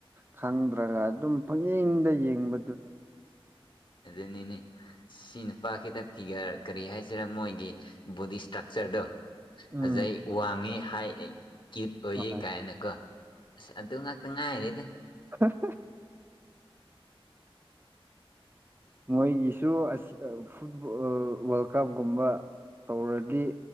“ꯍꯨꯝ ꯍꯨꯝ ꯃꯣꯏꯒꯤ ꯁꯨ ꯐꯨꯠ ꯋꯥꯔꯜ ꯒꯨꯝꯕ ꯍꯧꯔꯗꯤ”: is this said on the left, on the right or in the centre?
Right